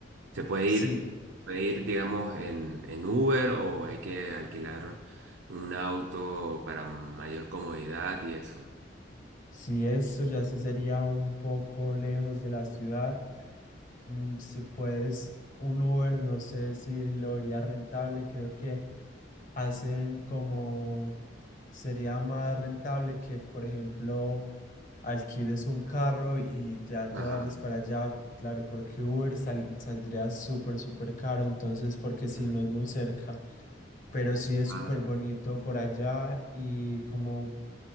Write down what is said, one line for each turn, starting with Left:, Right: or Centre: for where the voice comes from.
Right: ¿se puede
Left: Sí,
Right: ir, puede ir, digamos, en, en Uber o hay que alquilar un auto para mayor comodidad y eso?
Left: sí, esto ya sí sería un poco lejos de la ciudad. Mm, Si puedes, un Uber, no sé si lo haría rentable, creo que hacen como sería más rentable que, por ejemplo, alquiles un carro y ya te
Right: Ajá.
Left: vayas para allá. Claro, porque Uber sal- saldría súper, súper caro, entonces, porque si
Right: ujú.
Left: no es muy cerca, pero sí es
Right: Ah,
Left: súper bonito por allá y como